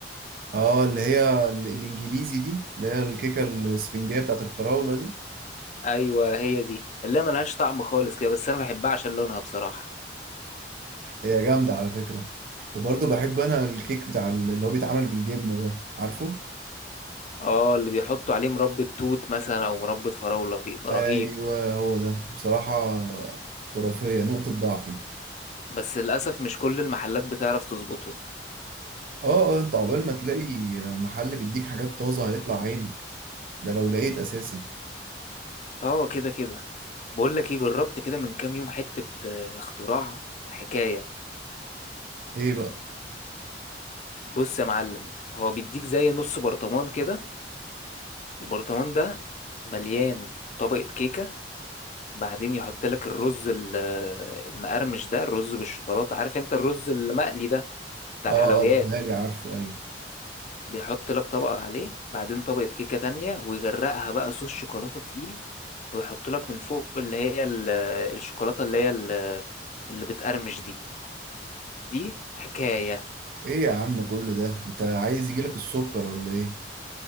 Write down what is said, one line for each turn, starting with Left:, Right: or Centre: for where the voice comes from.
Right: اه اللي هي ال- الانجليزي دي اللي هي الكيكة الاسفنجية بتاعت الفراولة دي
Left: ايوه هي دي اللي هي ملهاش طعم خالص كده بس انا بحبها عشان لونها بصراحة
Right: هي جامدة على فكرة وبرضه بحب انا الكيك بتاع ال- اللي هو بيتعمل بالجبنة ده عارفه؟
Left: اه اللي بيحطوا عليه مربى توت مثلا او مربى فراولة بيبقى
Right: ايوه
Left: رهيب
Right: هو ده بصراحة خرافية نقطة ضعفي
Left: بس للاسف مش كل المحلات بتعرف تظبطه
Right: اه اه انت عقبال ما تلاقي محل بيديك حاجات طازة هيطلع عينك ده لو لقيت اساسا
Left: اه كده كده بقول لك ايه جربت كده من كام يوم حتة آه، اختراع حكاية
Right: ايه بقى؟
Left: بص يا معلم هو بيديك زي نص برطمان كده البرطمان ده مليان طبقة كيكة بعدين يحط لك الرز ال- آه، المقرمش ده الرز بالشوكولاتة عارف انت الرز المقلي ده بتاع
Right: اه
Left: الحلويات
Right: اه بيتهيألي عارفه ايوه
Left: بيحط لك طبقة عليه بعدين طبقة كيكة تانية ويغرقها بقى صوص شوكولاتة تقيل ويحط لك من فوق اللي هي ال- الشوكولاتة اللي هي ال- اللي بتقرمش دي دي حكاية
Right: ايه يا عم كل ده انت عايز يجيلك السكر ولا ايه؟